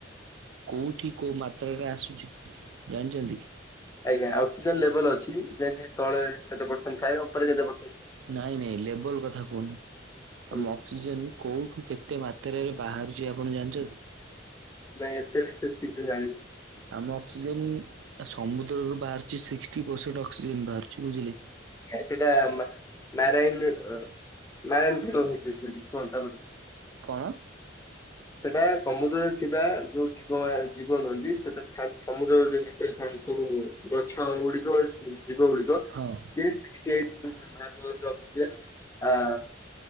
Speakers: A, on the right; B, on the left.
A: କୋଉଠି କୋଉ ମାତ୍ରାରେ ଆସୁଚି। ଜାଣଚନ୍ତି କି?
B: ଆଜ୍ଞା ଅକ୍ସିଜେନ ଲେବଲ ଅଛି, ଯେନ୍ତି ତଳେ କେତେ ପରସେଣ୍ଟ ଥାଏ ଉପରେ ଯେତେ
A: ନାଇଁ ନାଇଁ ଲେବଲ କଥା କୋହୁନି,
B: ଥାଏ।
A: ଆମ ଅକ୍ସିଜେନ କୋଉଠୁ କେତ କେତେ ମାତରାରେ ବାହାରୁଛି ଆପଣ ଜାଣଚନ୍ତି?
B: ନାଇଁ ଏତେ ବିଶେଷ କିଛି ଜାଣ
A: ଆମ ଅକ୍ସିଜେନ ସମୁଦ୍ରରୁ ବାହାରୁଛିି ସିଷ୍ଟି ପରସେଣ୍ଟ ଅକ୍ସିଜେନ ବାହାରୁଛି ବୁଝିଲେ। କି?
B: ସେଇଟା ନାରାୟନ ନାରାୟଣ ତ ତାପ <unintelligible>
A: କଣ?
B: ସେଟା ସମୁଦ୍ରରେ ଥିବା ଯୋଉ ଜୀବ ଆ ଜୀବ ରହନ୍ତି ସେଟା ଥାଏ ସମୁଦ୍ରରେ ଭିତରେ ଥାନ୍ତି ସବୁ ଗଛ ଗୁଡିକ ଜୀବ ଗୁଡିକ
A: ହଁ
B: ଦି ସିଷ୍ଟି ଏଇଟ ଭାର କରନ୍ତି ଅକ୍ସିଜେନ ଆ